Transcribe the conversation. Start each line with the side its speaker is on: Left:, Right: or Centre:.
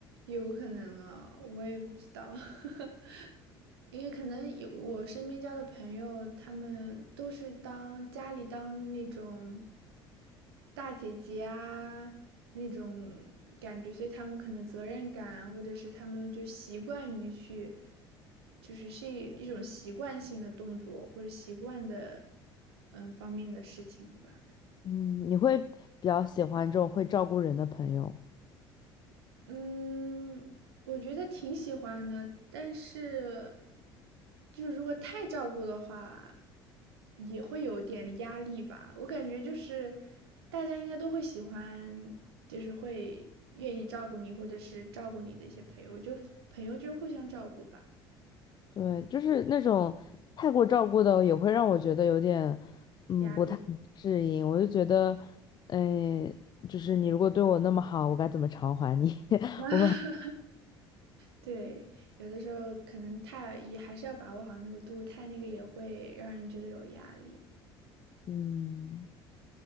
Right: 有可能啊，我也不知道。<laughs> 因为可能有我身边交的朋友，他们都是当家里当那种大姐姐啊那种感觉，所以他们可能责任感，或者是他们就习惯于去，就是是一种习惯性的动作或者习惯的嗯方面的事情了吧。
Left: 嗯，你会比较喜欢这种会照顾人的朋友，
Right: 嗯，我觉得挺喜欢的，但是就是如果太照顾的话，也会有点压力吧。我感觉就是大家应该都会喜欢，就是会愿意照顾你，或者是照顾你的一些朋友。我觉得朋友就是互相照顾吧，
Left: 对，就是那种太过照顾的，也会让我觉得有点，嗯，
Right: 压力。
Left: 不太适应。我就觉得，哎，就是你如果对我那么好，我该怎么偿还你？<laughs>
Right: 啊，<laughs>
Left: 我，
Right: 对，有的时候可能太也还是要把握好那个度，太那个也会让人觉得有压力。
Left: 嗯。